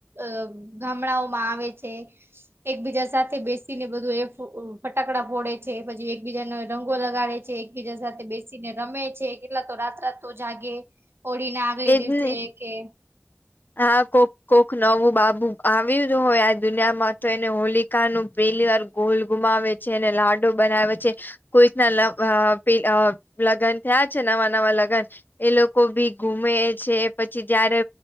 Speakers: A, on the right; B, on the left.
A: અ ગામડાઓમાં આવે છે. એકબીજા સાથે બેસીને બધું એ ફટાકડા ફોડે છે, પછી એકબીજાનો રંગો લગાડે છે. એક બીજા સાથે બેસીને રમે છે કેટલા તો રાત રાત તો જાગે હોળી ના આગલે દિવસે
B: ને
A: કે
B: હા કોક કોક નવું બાબુ આવ્યું જ હોય આ દુનિયામાં તો એને હોલી કા નું પહેલી વાર ગોલ ઘુમાવે છે અને લાડો બનાવે છે. કોઈક ના લગ અ પેલ અ લગન થયા છે નવા નવા લગન એ લોકો ભી ઘુમે છે પછી જયારે